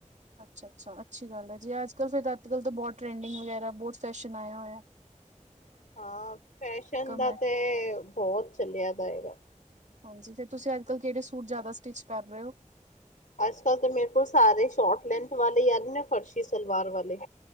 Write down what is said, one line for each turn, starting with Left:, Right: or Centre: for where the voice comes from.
Right: ਅੱਛਾ ਅੱਛਾ ਅੱਛੀ ਗੱਲ ਹੈ। ਜੀ ਅੱਜ ਕੱਲ ਫਿਰ ਅੱਜ ਕੱਲ ਬਹੁਤ ਟਰਡਿੰਗ ਵਗੈਰਾ ਬਹੁਤ ਫੈਸ਼ਨ ਆਇਆ ਹੋਇਆ ਹੈ।
Left: ਹਾਂ, ਫੈਸ਼ਨ ਦਾ
Right: ਹੈ
Left: ਤੇ ਬਹੁਤ ਚੱਲਿਆ ਦਾ ਹੈਗਾ।
Right: ਹਾਂਜੀ ਫੇਰ ਤੁਸੀਂ ਅੱਜ ਕੱਲ ਕਿਹੜੇ ਸੂਟ ਜ਼ਿਆਦਾ ਸਟਿਚ ਕਰ ਰਹੇ ਹੋ?
Left: ਅੱਜ ਕੱਲ ਤਾਂ ਮੇਰੇ ਕੋਲ ਸਾਰੇ ਸ਼ੋਟ ਲੈਂਥ ਵਾਲੇ ਜਾਂ ਹੈਗੇਨੇ, ਫਰਸ਼ੀ ਸਲਵਾਰ ਵਾਲੇ।